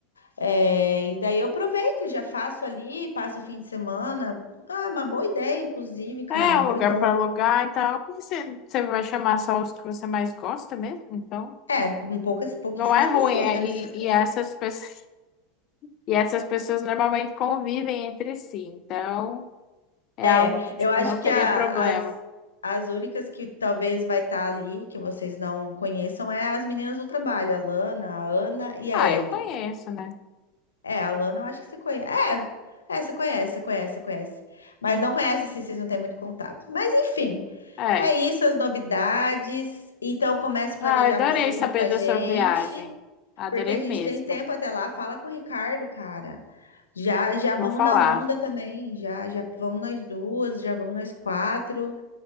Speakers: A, on the left; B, on the left.
A: É, e daí eu aproveito, já faço ali, passo o fim de semana. Ah, uma boa ideia, inclusive, cara,
B: É, um
A: boa
B: lugar
A: ideia.
B: pra alugar e tal. Porque você, você vai chamar só os que você mais gosta mesmo? Então,
A: É, um poucas, pouquíssimas
B: não é ruim.
A: pessoas,
B: é-
A: né? Mas
B: e,
A: <laughs>
B: e essas pessoas, <laughs> e essas pessoas normalmente convivem entre si. Então, é
A: é,
B: algo que, tipo,
A: eu acho
B: não
A: que
B: teria
A: a-
B: problema.
A: as, as únicas que talvez vai estar ali, que vocês não conheçam, é as meninas do trabalho, a Lana, a Ana e a
B: Ah,
A: Ellen.
B: eu conheço, né?
A: É, a Lana, eu acho que você conhece. É, é, você conhece, você conhece, você conhece. Mas
B: Uhum.
A: não conhece, assim, vocês não têm muito contato. Mas, enfim,
B: É.
A: é isso, as novidades. Então, comece a
B: Ah,
A: planejar
B: adorei
A: você junto
B: saber
A: com a
B: da
A: gente,
B: sua viagem. Adorei
A: porque a gente
B: mesmo.
A: tem tempo até lá. Fala com o Ricardo, cara. Já, já
B: Vou
A: vamos
B: falar.
A: na onda também. Já, já vamos nós duas, já vamos nós quatro.